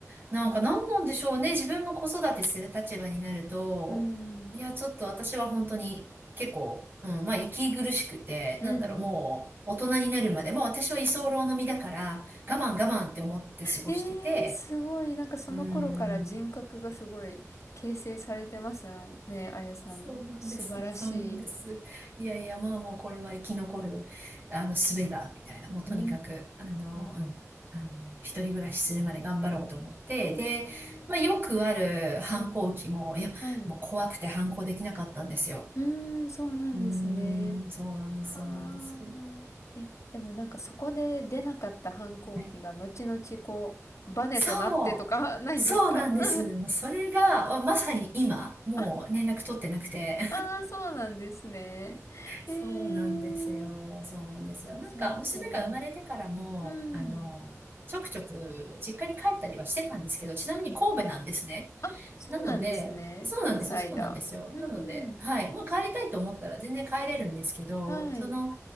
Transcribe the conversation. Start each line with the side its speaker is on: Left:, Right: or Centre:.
Right: なんか何なんでしょうね。自分が子育てする立場になると、
Left: うん。
Right: いや、ちょっと私は本当に結構、うん、まあ息苦しくて、
Left: うんうん。
Right: なんだろう、もう大人になるまでもう私は居候の身だから、我慢我慢って思って過ごしてて、
Left: ええ、すごい。なんかその頃から人格がすごい形成されてますね、
Right: うん。
Left: あやさんの。
Right: そうなんです。
Left: 素晴らしい。
Right: そうなんです。いやいや、まあもうこれは生き残る、あの、術だ、みたいな。もうとにかく、
Left: うー
Right: あの、うん。
Left: ん。
Right: あの、一人暮らしするまで頑張ろうと思って。
Left: ええ、
Right: で、まあよくある反抗期も、
Left: はい。
Right: いや、
Left: はい。
Right: もう怖くて反抗できなかったんですよ。
Left: うーん、そうなんですね。
Right: うーん、そうなんです、
Left: は
Right: そうなんです。
Left: あ。え、でもなんかそこで出なかった反抗期が後々こう、
Right: はい
Left: バネとなってとか
Right: そう、
Left: <laughs> ないんですか
Right: そうなんです。
Left: <laughs>
Right: もうそれが、まさに今、もう連絡取ってなくて。
Left: あ、あー、そうなんですね。えー、
Right: そうなんですよ。そうなんですよ。
Left: そっかそっか。
Right: なんか、娘が生まれてからも、
Left: うん、
Right: あの、ちょくちょく実家に帰ったりはしてたんですけど、ちなみに神戸なんですね。
Left: うん。あ、そうなんですね。
Right: なので、そうなんですよ。
Left: 関西だ。
Right: そうなんですよ。
Left: う
Right: なので、
Left: ん。
Right: はい。まあ、帰りたいと思ったら全然帰れるんですけど、
Left: はい。
Right: その、